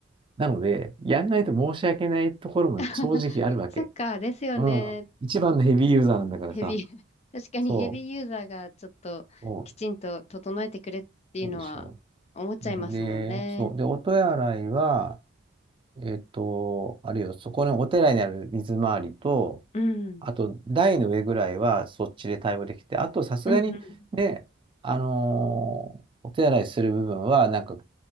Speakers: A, on the right (about 25°); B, on the left (about 35°).
A: なので、やんないと申し訳ないところも正直あるわけ。
B: <laughs> そっか、ですよね。
A: うん。一番のヘビーユーザーなんだからさ。
B: ヘビー、<laughs> 確かにヘビーユーザーがちょっときちんと整えてくれっていうのは思っちゃいますもんね。
A: そう、そうなんでしょう。で、そう。で、音や洗いは、えっと、あれよ、そこのお寺にある水回りと、
B: うん。
A: あと、台の上ぐらいはそっちで対応できて、あと、さすがに、
B: うんうん。
A: ね、あのーお手洗いする部分は、なんか、